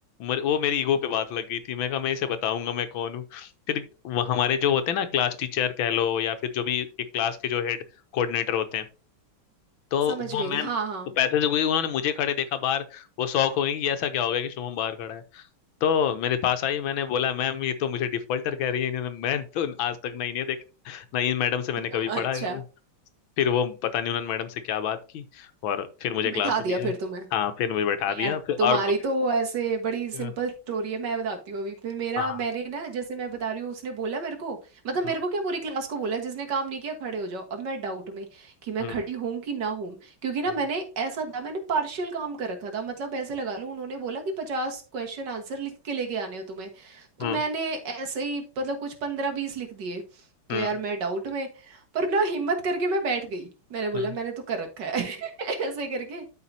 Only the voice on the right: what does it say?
समझ
गई
हाँ हाँ
<laughs>
अच्छा
बिठा
दिया
फिर तुम्हें
यार
तुम्हारी
तो ऐसे बड़ी सिंपल
स्टोरी है मैं बताती हूँ अभी फिर मेरा
मैंने ना जैसे मैं बता रही हूँ उसने बोला मेरे को मतलब मेरे
को क्या पूरी क्लास को बोला जिसने काम नहीं किया खड़े हो जाओ अब मैं डाउट में कि मैं
खड़ी हूँ कि ना हूँ क्योंकि ना
मैंने ऐसा था मैंने पार्शियल काम कर रखा था मतलब ऐसे लगा लो उन्होंने बोला कि पचास क्वेश्चन आंसर लिख के लेके आने हो तुम्हें
तो मैंने ऐसे ही मतलब कुछ पंद्रह बीस लिख दिए
तो यार मैं डाउट में पर ना हिम्मत करके मैं बैठ गई मैंने बोला
मैंने तो कर रखा है <laughs> ऐसे करके